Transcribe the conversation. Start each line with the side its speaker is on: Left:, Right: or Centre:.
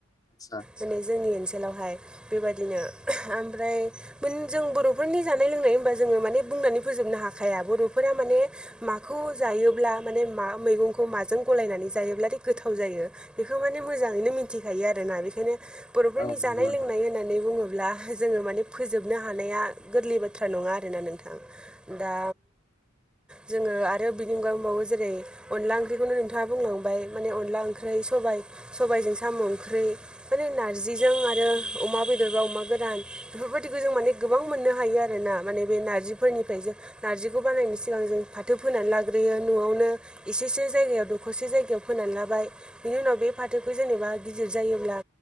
Left: आतसा
Centre: दिनै जोंनि ओनसोलावहाय बेबायदिनो ओमफ्राय मोन जों बर'फोरनि जानाय लोंनाय होनबा जोङो माने बुंनानै फोजोबनो हाखाया बर'फोरा माने माखौ जायोब्ला माने मा मैगंखौ माजों गलायनानै जायोब्लाथाय गोथाव जायो। बेखौ माने मोजाङैनो मिथिखायो आरोोना बेखायनो बर'फोरनि
Left: औ नंगौ
Centre: जानाय लोंनाय
Left: नोंथां
Centre: होननानै बुङोब्ला जोङो माने फोजोबनो हानाया गोरलै बाथ्रा नङाना नों दा जोङो आरो बिनि अनगायावै बुंबावो जेरै अनला ओंख्रिखौनो नोंथाङा बुंलांबाय माने अनला ओंख्रि सबाइ सबायाइजों साम' ओंख्रि माने नारजिजों आरो अमा बेदरबा अमा गोदान बेफोरबायदिखौ जों माने गोबां मोननो हायो आरोना माने बे नारजिफोरनिफ्राय जों नारजिखौ बानायनायनि सिगां जों फाथो फोनानै लाग्रोयो न'आवनो एसेसो जायगायाव दखरसे जायगायाव फोननानै लाबाय बिनि उनाव बे फाथोखौ जेनेबा गिदिर जायोब्ला